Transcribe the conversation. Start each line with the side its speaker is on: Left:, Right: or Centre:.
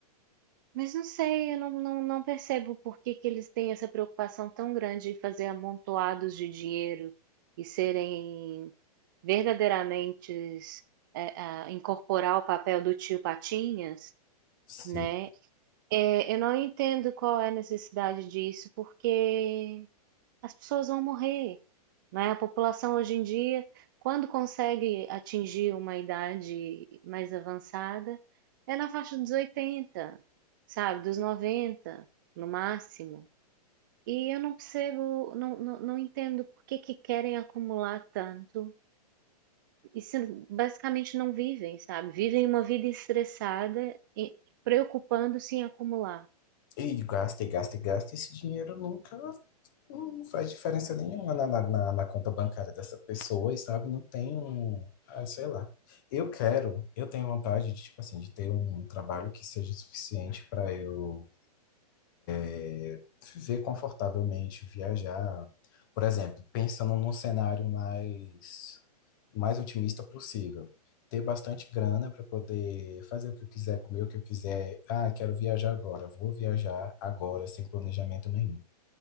Right: Mas não sei, eu não, não, não percebo por que que eles têm essa preocupação tão grande em fazer amontoados de dinheiro e serem verdadeiramente é, ah, incorporar o papel do tio Patinhas,
Left: Sim.
Right: né? É, eu não entendo qual é a necessidade disso, porque as pessoas vão morrer, né? A população hoje em dia, quando consegue atingir uma idade mais avançada, é na faixa dos 80, sabe? Dos 90, no máximo. E eu não percebo, não, não, não entendo por que que querem acumular tanto e se basicamente não vivem, sabe? Vivem uma vida estressada e preocupando-se em acumular.
Left: E gasta, e gasta, e gasta, esse dinheiro nunca não faz diferença nenhuma na, na, na- na conta bancária dessa pessoa, e sabe? Não tem um, ah, sei lá. Eu quero, eu tenho vontade de, tipo assim, de ter um trabalho que seja suficiente para eu é, viver confortavelmente, viajar. Por exemplo, pensando num cenário mais, mais otimista possível. Ter bastante grana para poder fazer o que eu quiser, comer o que eu quiser. Ah, quero viajar agora. Vou viajar agora, sem planejamento nenhum.